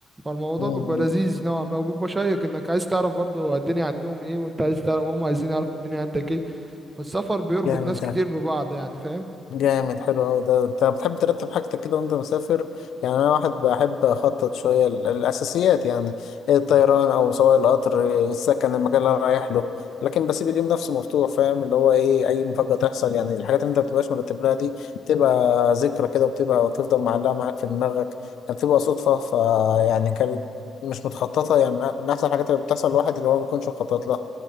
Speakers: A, on the right; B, on the left.
A: فالموضوع
B: مم.
A: بيبقى لذيذ نوعا ما وبيبقى شيق انك عايز تعرف برضه الدنيا عندهم ايه وانت عايز تعرف وهم عايزين يعرفوا الدنيا عندك ايه فالسفر بيربط
B: جامد
A: ناس
B: ده
A: كتير ببعض يعني فاهم
B: جامد حلو أوي ده أنت بتحب ترتب حاجتك كده وأنت مسافر يعني أنا واحد بحب أخطط شوية ال- الأساسيات يعني الطيران أو سواء القطر السكن المكان اللي أنا رايح له لكن بسيب اليوم نفسه مفتوح فاهم اللي هو إيه أي مفاجأة تحصل يعني الحاجات اللي أنت مبتبقاش مرتب لها دي بتبقى ذكرى كده وبتبقى وتفضل معلقة معاك في دماغك بتبقى صدفة فيعني كانت مش متخططة يعني من أحسن الحاجات اللي بتحصل الواحد اللي هو ما بيكونش مخطط لها